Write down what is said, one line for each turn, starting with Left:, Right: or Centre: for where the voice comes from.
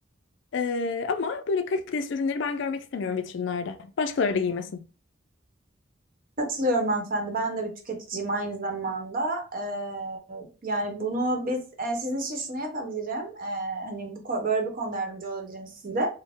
Left: Ee, ama böyle kalitesiz ürünleri ben görmek istemiyorum vitrinlerde. Başkaları da giymesin.
Right: Katılıyorum hanımefendi. Ben de bir tüketiciyim aynı zamanda. Ee, yani bunu biz e, sizin için şunu yapabilirim. Ee, hani bu, ko- böyle bir konuda yardımcı olabilirim size.